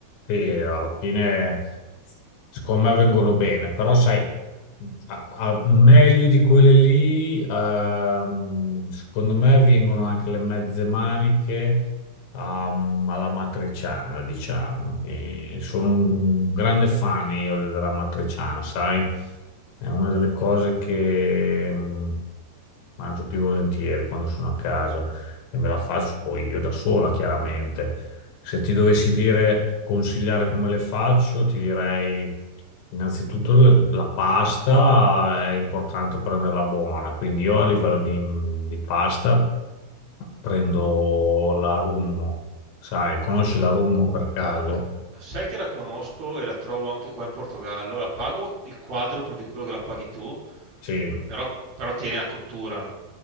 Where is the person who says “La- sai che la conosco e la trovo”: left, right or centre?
Right